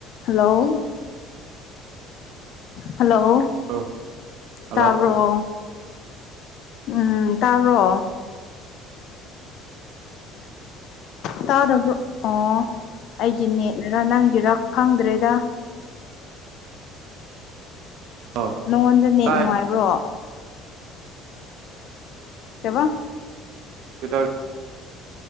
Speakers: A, on the left; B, on the right.
A: hello hello
B: <unintelligible> hello
A: ꯇꯥꯕ꯭ꯔꯣ ꯎꯝ ꯇꯥꯕ꯭ꯔꯣ ꯇꯥꯗꯕꯔꯣ ꯑꯣ ꯑꯩꯒꯤ ꯅꯦꯠꯅꯥꯔꯥ ꯅꯪꯒꯤꯔꯥ ꯈꯪꯗ꯭ꯔꯦꯗꯥ
B: ꯑꯣ
A: ꯅꯉꯣꯟꯗꯥ ꯅꯦꯠ
B: ꯇꯥꯏ
A: ꯅꯨꯡꯉꯥꯏꯕ꯭ꯔꯣ ꯀꯩꯕꯥ
B: <unintelligible>